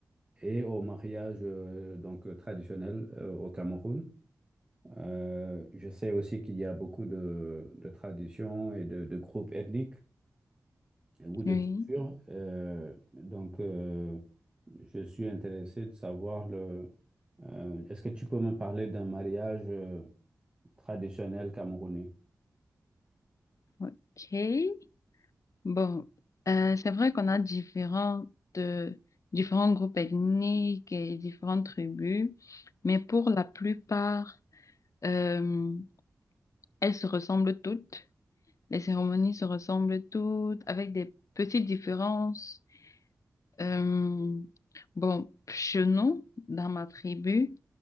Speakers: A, on the right; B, on the left.
A: et au mariage euh, donc traditionnel euh, au Cameroun. Euh, je sais aussi qu'il y a beaucoup de, de traditions et de de groupes ethniques. ou de
B: oui,
A: culture. Euh, donc, euh, je suis intéressé de savoir le. euh, est-ce que tu peux me parler d'un mariage euh, traditionnel camerounais?
B: ok. Bon, euh, c'est vrai qu'on a différentes, euh, différents groupes ethniques et différentes tribus, mais pour la plupart, euh, elles se ressemblent toutes. Les cérémonies se ressemblent toutes, avec des petites différences. Euh, bon, chez nous, dans ma tribu,